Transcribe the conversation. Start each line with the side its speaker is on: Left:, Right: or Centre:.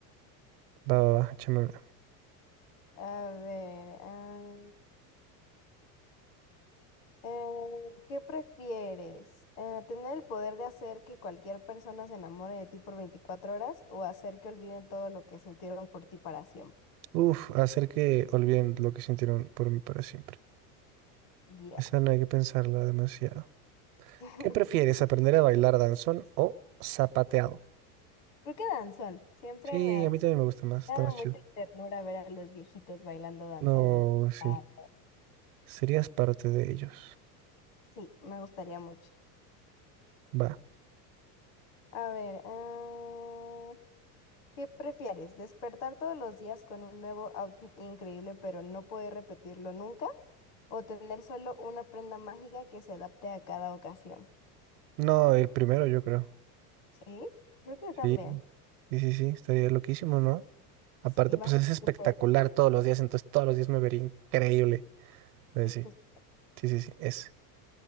Right: Va, va, va, échame una.
Left: A ver, ah, eh, ¿qué prefieres? Eh, ¿tener el poder de hacer que cualquier persona se enamore de ti por 24 horas o hacer que olviden todo lo que sintieron por ti para siempre?
Right: Uf, hacer que olviden lo que sintieron por mí para siempre.
Left: Ya.
Right: Esa no hay que pensarla demasiado.
Left: <laughs>
Right: ¿Qué prefieres, aprender a bailar danzón o zapateado?
Left: Creo que danzón. Siempre
Right: Sí,
Left: me ha
Right: a mí también me gusta más, está
Left: dado
Right: más
Left: mucha
Right: chido.
Left: ternura ver a los viejitos bailando danzón
Right: No,
Left: en la...
Right: sí,
Left: plaza.
Right: serías parte de ellos.
Left: Sí, me gustaría mucho.
Right: Va.
Left: A ver, ah, ¿Qué prefieres? ¿Despertar todos los días con un nuevo outfit increíble pero no poder repetirlo nunca? ¿O tener solo una prenda mágica que se adapte a cada ocasión?
Right: No, el primero yo creo.
Left: Sí, creo que yo también.
Right: Sí, sí, sí, sí, estaría loquísimo, ¿no? Aparte,
Left: Sí, y más
Right: pues
Left: si
Right: es espectacular
Left: tú puedes.
Right: todos los días, entonces todos los días me vería increíble. Entonces,
Left: Sí,
Right: sí,
Left: justo.
Right: sí, sí, sí, ese,